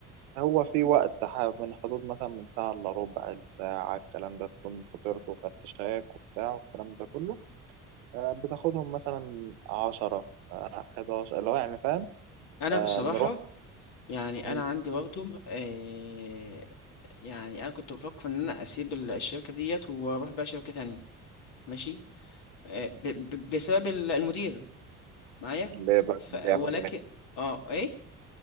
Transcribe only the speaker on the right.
هو في وقت ح- من حدود مثلا من ساعة إلا ربع الساعة الكلام ده تكون فطرت وخدت شايك وبتاع والكلام ده كله آه بتاخدهم مثلا عشرة آه، حداشر اللي هو يعني فاهم
آه
نروح
مم.
ليه بقى
كان بيعمل
إيه